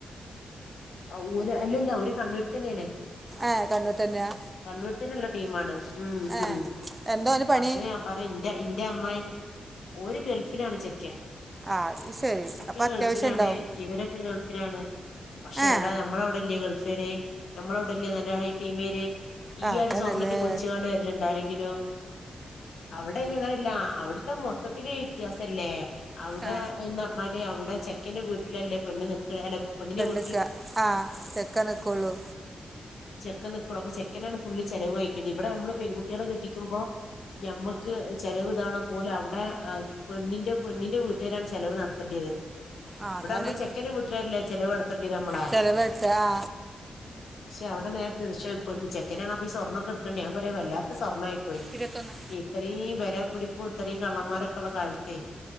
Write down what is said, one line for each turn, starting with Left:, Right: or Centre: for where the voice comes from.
Left: ആ ഓല് അല്ലല്ല ഓര് കണ്ണൂരി തന്നെയാണ്
Right: ഏ കണ്ണൂർ തന്നെയാ
Left: കണ്ണൂരിൽ തന്നെയുള്ള ടീമാണ് ഉം
Right: ഏ
Left: ഉം
Right: എന്തോ അതിന് പണി
Left: പക്ഷെ <unintelligible> ഇന്റെ ഇന്റെ അമ്മായി ഓര് ഗൾഫിലാണ് ചെക്കൻ
Right: ആ ഇത് ശരി
Left: ചെക്കൻ
Right: അപ്പം അത്യാവശ്യം
Left: ഗൾഫിലാണ്
Right: ഉണ്ടാവും
Left: ഇവരൊക്കെ ഗൾഫിലാണ് പക്ഷെ
Right: ഏ
Left: എടാ നമ്മളെവിടെല്യേ ഗൾഫേര് നമ്മളവ്ടെല്യേ നല്ല ഹൈ ടീമേര്
Right: ആ
Left: ഈ ആദി
Right: അതന്നല്ലേ
Left: സ്വർണ്ണട്ട് കുളിച്ചാണ്ട് വേര്ല് ണ്ടോ ആരെങ്കിലും അവ്ടെയിന് അങ്ങനെല്ല അവിടുത്തെ മൊത്തത്തില വ്യത്യാസല്ലേ അവിടെ
Right: ആ
Left: എന്ന് പറഞ്ഞാല് അവിടെ ചെക്കന്റെ വീട്ടിലല്ലേ പെണ്ണ് നി ക്കാ പെണ്ണിന്റെ വീ
Right: നിക്ക ആഹ് ചെക്കൻ നിക്കുള്ളൂ
Left: ചെക്കൻ നിക്കുള്ളു ചെക്കനാണ് ഫുള് ചെലവ്കഴിക്കണ്ട ഇവിടെ നമ്മൾ പെൺകുട്ട്യാളെ കെട്ടിക്കുമ്പോ ഞമ്മക്ക്ചെലവ്താണെ പോലെ അവ്ടെ പെണ്ണിന്റെ പെണ്ണിന്റെ വീട്ടുകാരാണ് ചെലവ് നടത്തേണ്ടിയത്
Right: ആ
Left: ഇവിടെയാവുമ്പോ
Right: അതാണ്
Left: ചെക്കന്റെ വീട്ടാരല്ലേ ചെലവ് നടത്തണ്ടി നമ്മളെ
Right: ചിലവെടുത്ത ആ
Left: ക്ഷേ അവിടെ നേര തിരിച്ച പെണ്ണ് ചെക്കനാണ് അപ്പൊ സ്വർണ്ണക്കെടുക്കണ്ട ഞാ പറയാ വല്ലാത്ത സ്വർണ്ണയി പോയി
Right: ഇരുപത്തൊന്ന്
Left: ഇത്തരീം വിലപിടിപ്പും ഇതരീം കള്ളന്മാരൊക്കെ ഉള്ള കാലത്തേ